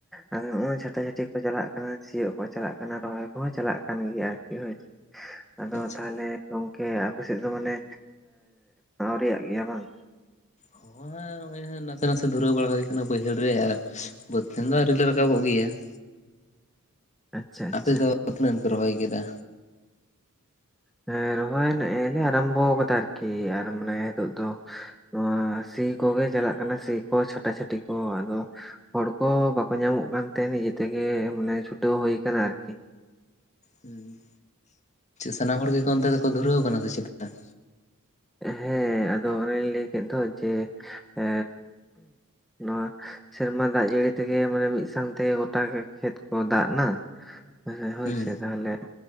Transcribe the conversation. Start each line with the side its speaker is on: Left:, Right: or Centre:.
Centre: ᱟᱫᱚ ᱱᱚᱜᱚᱭ ᱪᱷᱟᱴᱼ ᱪᱷᱟᱹᱴᱤᱤᱠ ᱠᱚ ᱪᱟᱞᱟᱜ ᱠᱟᱱᱟ, ᱥᱤᱭᱳᱜ ᱠᱚ ᱪᱟᱞᱟᱜ ᱠᱟᱱᱟ, ᱨᱚᱦᱚᱭ ᱠᱚᱦᱚᱸ ᱪᱟᱞᱟᱜ ᱠᱟᱱ ᱜᱮᱭᱟ ᱟᱨᱠᱤ ᱦᱳᱭ ᱾ ᱟᱫᱚ
Left: ᱟᱪᱪᱷᱟ
Centre: ᱛᱟᱦᱞᱮ ᱜᱚᱝᱠᱮ ᱟᱯᱮ ᱥᱮᱫ ᱫᱚ ᱢᱟᱱᱮ ᱟᱹᱣᱨᱤᱭᱟᱜ ᱜᱮᱭᱟ ᱵᱟᱝ?
Left: ᱦᱚᱸ ᱦᱮᱸ ᱱᱚᱜᱼᱚᱭ ᱱᱟᱥᱮ ᱱᱟᱥᱮ ᱫᱷᱩᱨᱟᱹᱣ ᱵᱟᱲᱟ ᱦᱳᱭ ᱠᱟᱱᱟ, ᱵᱟᱹᱭᱦᱟᱹᱲ ᱨᱮ ᱟᱨᱼᱼ ᱵᱟᱹᱛ ᱠᱷᱚᱱ ᱫᱚ ᱟᱹᱣᱨᱤ ᱞᱮ, ᱨᱟᱠᱟᱵᱚᱜ ᱜᱮᱭᱟ ᱼᱼ
Centre: ᱟᱪᱪᱷᱟ ᱟᱪᱪᱷᱟ
Left: ᱟᱯᱮ ᱫᱚ ᱛᱤᱱᱟᱹᱜ ᱜᱟᱱ ᱯᱮ ᱨᱚᱦᱚᱭ ᱠᱮᱫᱟ?
Centre: ᱦᱮᱸ ᱨᱚᱦᱚᱭ ᱱᱮᱼᱮ ᱞᱮ ᱟᱨᱟᱢᱵᱚ ᱠᱟᱫᱟ, ᱟᱨᱠᱤ ᱟᱨ ᱢᱟᱱᱮ ᱱᱤᱛᱚᱜ ᱫᱚᱼᱼ ᱱᱚᱣᱟ ᱥᱤ ᱠᱚᱜᱮ ᱪᱟᱞᱟᱜ ᱠᱟᱱᱟ, ᱥᱤ ᱠᱚ ᱪᱷᱟᱴᱟᱪᱷᱟᱴᱤ ᱠᱚ ᱟᱫᱚᱼᱼ ᱦᱚᱲᱠᱚ ᱵᱟᱠᱚ ᱧᱟᱢᱚᱜ ᱠᱟᱱ ᱛᱟᱦᱮᱸ, ᱱᱤᱡᱮ ᱛᱮᱜᱮ ᱢᱟᱱᱮ ᱪᱷᱩᱴᱟᱹᱣ ᱦᱳᱭ ᱠᱟᱱᱟ ᱟᱨᱠᱤ᱾
Left: ᱦᱩᱸ, ᱥᱟᱱᱟᱢ ᱦᱚᱲ ᱜᱮᱠᱚ ᱚᱱᱛᱮ ᱫᱚᱠᱚ ᱫᱷᱩᱨᱟᱹᱣ ᱟᱠᱟᱱᱟ ᱥᱮ ᱪᱮᱫᱟ?
Centre: ᱦᱮᱸ ᱟᱫᱚ ᱚᱱᱮᱧ ᱞᱟᱹᱭ ᱠᱮᱫ ᱫᱚ ᱡᱮᱼ ᱮᱼᱼ ᱱᱚᱣᱟ ᱥᱮᱨᱢᱟ ᱫᱟᱜ ᱡᱟᱹᱲᱤ ᱛᱮᱜᱮ ᱢᱟᱱᱮ ᱢᱤᱫ ᱥᱟᱶ ᱛᱮᱜᱮ ᱜᱚᱴᱟ ᱠᱷᱮᱛ ᱠᱚ ᱫᱟᱜ ᱮᱱᱟ ᱾ ᱦᱮ ᱦᱳᱭᱥᱮ
Left: ᱦᱩᱸ
Centre: ᱛᱟᱦᱚᱞᱮ ᱼᱼ